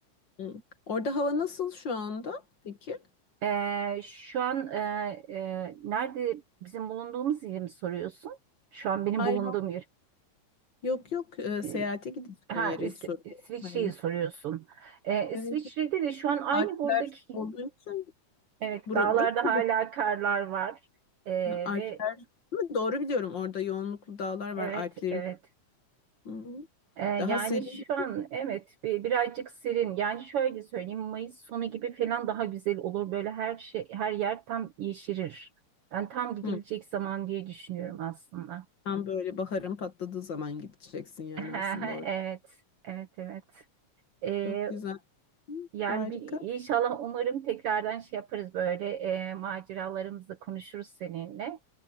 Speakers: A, on the left (about 40°); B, on the right (about 70°).
A: Hı. Orada hava nasıl şu anda? Peki.
B: E, şu an e, e, nerede bizim bulunduğumuz yeri mi soruyorsun? Şu an benim
A: Hayır,
B: bulunduğum
A: hayır.
B: yer.
A: Yok yok e,
B: E,
A: seyahate gideceğin
B: ha,
A: yeri
B: İs
A: hiç soruyorum.
B: İsviçre'yi
A: Hani.
B: soruyorsun. E,
A: Evet.
B: İsviçre'de de şu an aynı
A: Alpler
B: buradaki.
A: olduğu için
B: Evet,
A: bura,
B: dağlarda
A: burası
B: hala
A: mı?
B: karlar var. E,
A: Alpler.
B: ve
A: Değil mi? Doğru biliyorum. Orada yoğunluklu dağlar var.
B: evet,
A: Alplerin.
B: evet.
A: Hı.
B: Ee, yani
A: Daha serin.
B: şu an evet bi- birazcık serin. Yani şöyle söyleyeyim Mayıs sonu gibi falan daha güzel olur. Böyle her şey her yer tam yeşerir. Ben tam gidilecek
A: Hı.
B: zaman diye düşünüyorum aslında.
A: Tam böyle baharın patladığı zaman gideceksin yani
B: <laughs>
A: aslında orada.
B: Evet, evet, evet. Ee,
A: Çok güzel. Hı,
B: yani
A: Harika.
B: bir inşallah umarım tekrardan şey yaparız böyle e, maceralarımızı konuşuruz seninle.